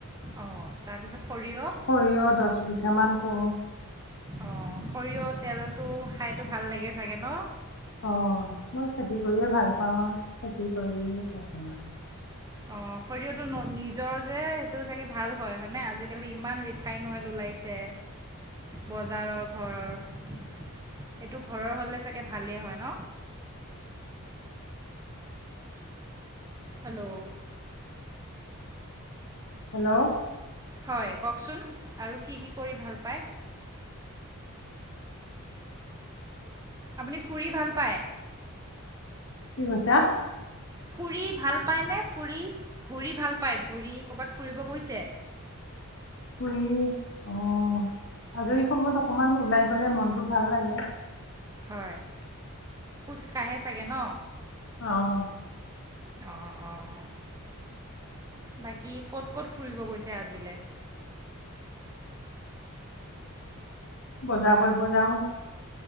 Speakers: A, on the right; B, on the left.
A: অ তাৰপিছত সৰিয়হ
B: সৰিয়হ দহ বিঘা মান অ
A: অ সৰিয়হ তেলটো খাই ভাল লাগে চাগে ন
B: অ মই খেতি কৰিয়ে ভাল পাওঁ আৰু খেতি কৰিয়ে থাকো আৰু
A: অ শৰিয়হৰটো নিজৰ যে সেইটো চাগে ভাল হয় হয়নে আজিকালি ইমান ৰিফাইন অইল ওলাইছে বজাৰৰ ঘৰৰ এইটো ঘৰৰ হ'লে চাগে ভালে হয় হেল্ল' হেল্ল'
B: হেল্ল'
A: হয় কওক চোন আৰু কি কি কৰি ভাল পায় আপুনি ফুৰি ভাল পায়
B: কি কৈছা
A: ফুৰি ভাল পায়নে ফুৰি ঘূৰি ভাল পায় ঘূৰি কৰ বাত ফুৰিব গৈছে
B: ঘৰি অ আজৰি সময়ত অকমান ওলাই গলে মনতটো ভাল লাগে
A: হয় খোজকাৰে চাগে ন
B: আহ
A: অঁ অঁ বাকী ক'ত ক'ত ফুৰিব গৈছে আজিলৈ
B: বজাৰ কৰিব যাওঁ